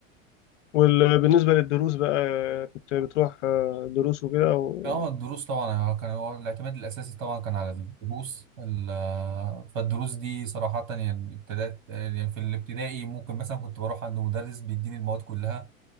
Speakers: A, on the left (about 60°); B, on the right (about 70°).
A: وبالنسبه للدروس بقى آه، كنت بتروح آه، دروس وكده او
B: اه الدروس طبعا آه، كان هو الاعتماد الاساسي طبعا كان على الدروس ال- آه، فالدروس دي صراحه يعني ابتدات آه، يعني في الابتدائي ممكن مثلا كنت بروح عند مدرس بيديني المواد كلها